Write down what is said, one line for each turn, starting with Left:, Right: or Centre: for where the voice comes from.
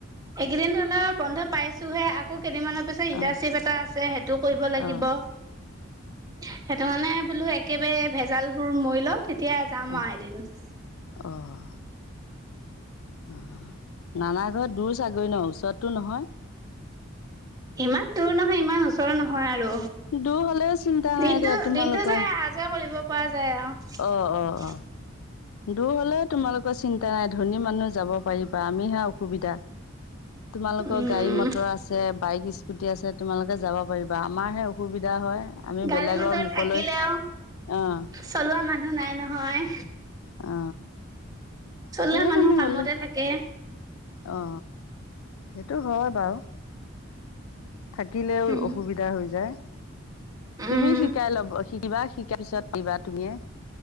Right: এইকেইদিন ধৰি লও বন্ধ পাইছোহে আকৌ কেইদিন মানৰ পিছত ইন্টাৰ্নশ্বিপ
Left: অ অ
Right: এটা আছে সেইটো কৰিব লাগিব
Left: অ
Right: সেইটো মানে বোলো একেবাৰে ভেজাল বোৰ মৰি লও তেতিয়া যাম
Left: অ
Right: আৰু এদিন
Left: অ অ অ, নানা ঘৰত দূৰ ছাগৰি ন ওচৰতটো নহয়?
Right: ইমান দূৰ নহয় ইমান ওচৰ নহয় আৰু
Left: দূৰ হ'লেও চিন্তা নাই
Right: দিনটো
Left: দে তোমালোকৰ
Right: দিনতটো যে এহ যি কৰিব পোৱা যায়
Left: অ' অ' অ' দূৰ হলেও তোমালোকৰ চিন্তা নাই ধনী মানুহ যাব পাৰিবা আমিহে অসুবিধা তোমালোকৰ
Right: উম,
Left: গাড়ী মটৰ আছে বাইক স্কুটি আছে তোমালোকে যাব পাৰিবা আমাৰ হে অসুবিধা হয় আমি
Right: গাড়ী
Left: বেলেগৰ
Right: মটৰ
Left: মুখলৈ
Right: থাকিলেও
Left: অ'
Right: চলোৱা মানুহ নাই নহয়
Left: অ
Right: চলোৱা
Left: চল
Right: মানুহ
Left: পানো
Right: কামতে
Left: হল
Right: থাকে
Left: অ সেইটো হয় বাৰু থাকিলেও
Right: উম
Left: অসুবিধা হৈ যায় তুমি
Right: উম
Left: শিকাই ল'ব শিকিবা শিকাই পিছত দিবা তুমিয়ে